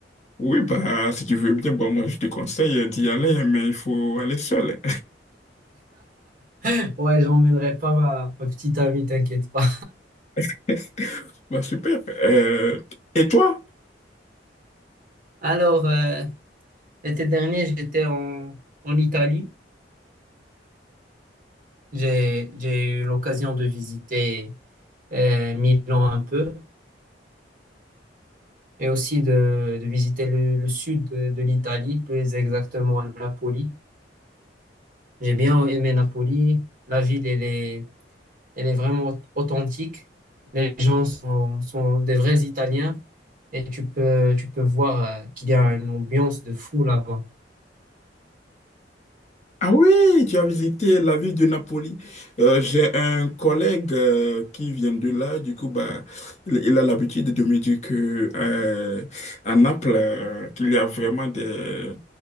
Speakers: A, on the left; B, on the right.
A: Oui, bah, si tu veux bien, bon, moi, je te conseille d'y aller, mais il faut aller seul.
B: <laughs> Ouais, j'emmènerai pas ma, ma petite amie, t'inquiète pas.
A: <laughs> Bah, super. Euh, et toi?
B: Alors, euh, l'été dernier, j'étais en, en Italie. J'ai, j'ai eu l'occasion de visiter euh, Milan un peu et aussi de, de visiter le, le sud de, de l'Italie, plus exactement à Napoli. J'ai bien aimé Napoli. La ville, elle est, elle est vraiment authentique. Les gens sont, sont des vrais Italiens et tu peux, tu peux voir euh, qu'il y a une ambiance de fou là-bas.
A: Ah oui, tu as visité la ville de Napoli. Euh, j'ai un collègue euh, qui vient de là. Du coup, bah, il, il a l'habitude de me dire que euh, à Naples, euh, qu'il y a vraiment des...